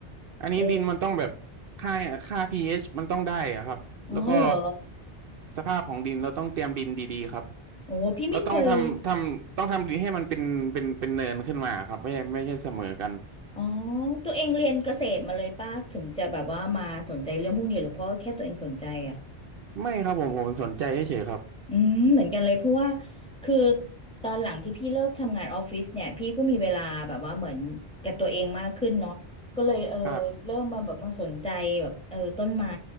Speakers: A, on the right; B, in the centre.
A: อันนี้ดินมันต้องแบบ
B: เออ
A: ค่าค่า pH มันต้องได้อะครับแล้วก็
B: อ๋อเหรอ
A: สภาพของดินเราต้องเตรียมดินดีๆครับ
B: โอ้พี่ไม่เคย
A: เราต้องทำทำต้องทำดินให้มันเป็นเป็นเป็นเนินขึ้นมาครับไม่ใช่ไม่ใช่เสมอกัน
B: อ๋อตัวเองเรียนเกษตรมาเลยป่ะถึงจะแบบว่ามาสนใจเรื่องพวกนี้หรือเพราะแค่ตัวเองสนใจอ่ะ
A: ไม่ครับผมผมสนใจเฉยๆครับ
B: อืมเหมือนกันเลยเพราะว่าคือตอนหลังที่พี่เลิกทำงานออฟฟิศเนี่ยพี่ก็มีเวลาแบบว่าเหมือนกับตัวเองมากขึ้นเนาะก็เลยเออเริ่มมาแบบมาสนใจแบบเออต้นไม้
A: ครับ